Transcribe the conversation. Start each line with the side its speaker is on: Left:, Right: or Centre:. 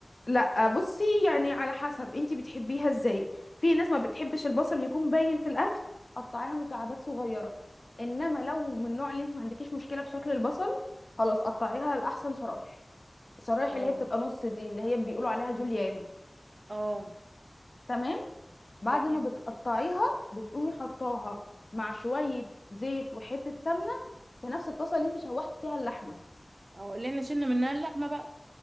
Left: لا بصي يعني على حسب انتي بتحبيها ازاي في ناس ما بتحبش البصل يكون باين في الاكل قطعيها مكعبات صغيره انما لو من النوع اللي انتي ما عندكيش مشكله في شكل البصل خلاص قطعيها لاحسن شرايح الشرايح
Right: اه
Left: اللي هي بتبقى نص دي اللي هي بيقولوا عليها جوليان
Right: اه
Left: تمام بعد
Right: تمام
Left: ما بتقطعيها
Right: كده
Left: بتقومي حطاها مع شويه زيت وحته سمنه في نفس الطاسه اللي انتي شوحتي فيها اللحمه
Right: اه اللي احنا شلنا منها اللحمة بقى